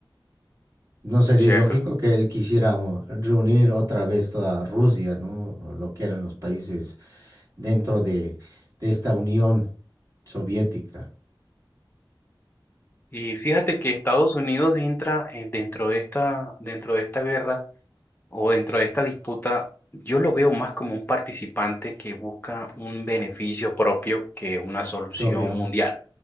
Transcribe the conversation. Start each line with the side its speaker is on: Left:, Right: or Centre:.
Right: No sería
Left: cierto.
Right: ilógico que él quisiera uh, reunir otra vez toda Rusia, ¿no? O lo que eran los países dentro de, de esta unión soviética.
Left: Y fíjate que Estados Unidos entra en- dentro de esta, dentro de esta guerra o dentro de esta disputa, yo lo veo más como un participante que busca un beneficio propio que una solución
Right: Obvio,
Left: mundial.